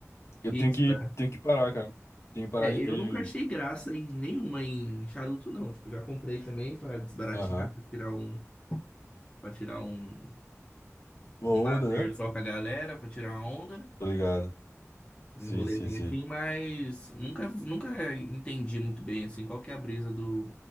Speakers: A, on the left; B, on the left.
A: eu
B: Isso,
A: tenho que,
B: né?
A: tenho que parar, cara. Tenho que parar
B: É,
A: de
B: eu
A: vez
B: nunca achei
A: de.
B: graça em nenhuma em charuto, não. Tipo, já comprei também para desbaratinar,
A: Aham.
B: para tirar um, para tirar um,
A: Uma
B: um
A: onda,
B: lazer
A: né?
B: só com a galera, para tirar uma onda.
A: Tô ligado.
B: Um
A: Sim,
B: rolezinho
A: sim, sim.
B: assim, mas nunca, nunca entendi muito bem assim qual que é a brisa do,